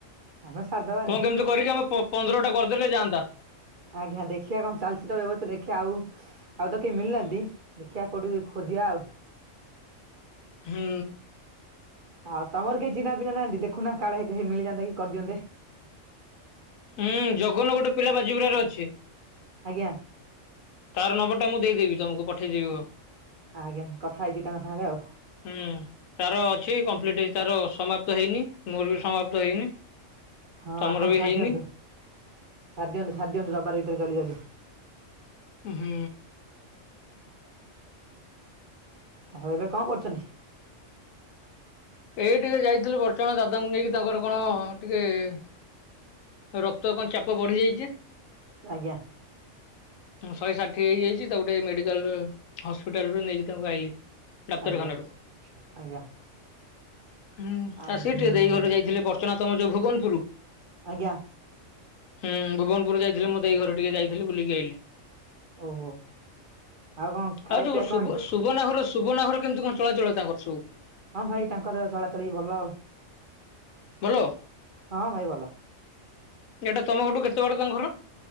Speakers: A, on the right; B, on the left.
A: ଆମେ ସାରିଦବାନି
B: କଣ କେମିତି କରିକି ଆମେ ପ ପନ୍ଦର ଟା କରିଦେଲେ ଯାଆନ୍ତା।
A: ଆଜ୍ଞା ଦେଖିବା କଣ ଚାଲିଚି ତ ବ୍ୟବସ୍ତା ଦେଖିବା ଆଉ। ଆଉ ତ କେହି ମିଳିନାହାନ୍ତି ଦେଖିବା କୋଉଠି ଖୋଜିବା ଆଉ।
B: ହୁଁ।
A: ଆଉ ତମର କେହି ଚିନହା ପିନା ନାହାନ୍ତି ଦେଖୁନା କାଳେ ମିଳିଯାନ୍ତା କି କରିଦିଅନ୍ତେ।
B: ହୁଁ ଜଗନ ଗୋଟେ ପିଲା ବାଜିିବୁୁରାରେ ଅଛି।
A: ଆଜ୍ଞା।
B: ତାର ନମ୍ବର ଟା ମୁଁ ଦେଇଦେବି ତମକୁ ପଠେଇଦେବି ହ।
A: ଆଜ୍ଞା କଥା ହେଇଯିବି ତାଙ୍କ ସାଙ୍ଗରେ ଆଉ
B: ହୁଁ ତାର ଅଛି କମ୍ପ୍ଲିଟ। ତାର ସମାପ୍ତ ହେଇନି ମୋର ବି ସମାପ୍ତ ହେଇନି।
A: ହଁ
B: ତମର
A: ଆପଣ
B: ବି
A: ସାରିଦିଅନ୍ତୁ
B: ହେଇନି
A: ସାରି ଦିଅନ୍ତୁ ରବବାର ଭି ତେରେ ଜଲଦି ଜଲଦି।
B: ହୁଁ।
A: ଆଉ ଏବେ କଣ କରୁଛନ୍ତି।
B: ଏଇ ଟିକେ ଯାଇଥିଲୁ ବଡଚଣା ଦାଦାଙ୍କୁ ନେଇକି ତାଙ୍କର କଣ ଟିକେ। ରକ୍ତ କଣ ଚାପ ବଢି ଯାଇଚି?
A: ଆଜ୍ଞା।
B: ଶହେ ଷାଠିଏ ହେଇଯାଇଚି। ତାକୁ ଟିକେ ମେଡିକାଲରୁ ହସ୍ପିଟାଲ ରୁ ନେଇକି ତାଙ୍କୁ ଆଇଲି। ଡାକ୍ତରଖାନାରୁ
A: ଆଜ୍ଞା ଆଜ୍ଞା।
B: ହୁଁ
A: ଆଉ
B: ଆସିକି
A: ହୁଁ
B: ଟିକେ ଦେଇ ଘରକୁ ଯାଇଥିଲି। ବଡଚଣା ତମର ତମର ଯୋଉ ଭୁବନପୁରୁ।
A: ଆଜ୍ଞା।
B: ହୁଁ ଭୁବନପୁର ଯାଇଥିଲି। ମୋ ଦେଇ ଘରକୁ ଟିକେ ଯାଇଥିଲି ବୁଲିକି ଆଇଲି।
A: ଓହୋ ଆଉ କଣ ଖାଇବା
B: ଆଉ ଯୋଉ
A: ପିଇବା କଣ
B: ସୁବ
A: ହେଇଛି?
B: ସୁବର୍ଣ୍ଣା ଘର ସୁବର୍ଣ୍ଣା ଘର କେମିତି କଣ ଚଳାଚଳ ତାଙ୍କର ସବୁ?
A: ହଁ ଭାଇ ତାଙ୍କର ଚଳାଚଳ ଭଲ ଆଉ।
B: ଭଲ,
A: ହଁ ଭାଇ ଭଲ।
B: ଏଟା ତମ ଘରଠୁ କେତେ ବାଟ ତାଙ୍କ ଘର?